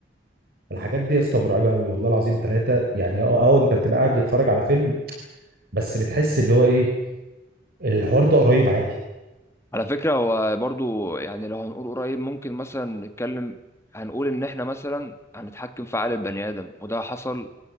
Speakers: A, on the right; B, on the left.
A: الحاجات دي يا اسطى مرعبه قوي والله العظيم ثلاثه يعني اه اه انت بتبقى قاعد بتتفرج على فيلم بس بتحس اللي هو ايه الحوار ده قريب عادي
B: على فكرة هو برضو يعني لو هنقول قريب ممكن مثلا نتكلم هنقول إن إحنا مثلا هنتحكم في عقل البني آدم وده حصل